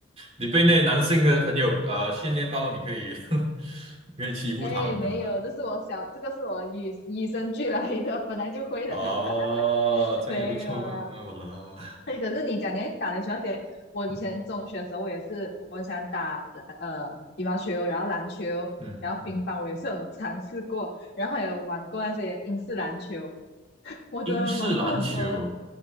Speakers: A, on the right; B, on the left.
A: 你被那男性的朋友呃训练到你可以 <laughs> 你可以欺负他们了。
B: <laughs> 哎没有，这是我小这个是我与与生俱来的，本来就会的，
A: 哦，
B: <laughs>
A: 这样也不错嘛，
B: 没有啦。
A: 我老，
B: <laughs> 对，可是你讲你还打篮球那些，我以前中学的时候，
A: <laughs>
B: 我也是，我很想打呃羽毛球，然后篮球，
A: 嗯嗯，
B: 然后乒乓，我也是有尝试过，然后还有玩过那些英式篮球，<laughs> 我真的玩过很多。
A: 英式篮球。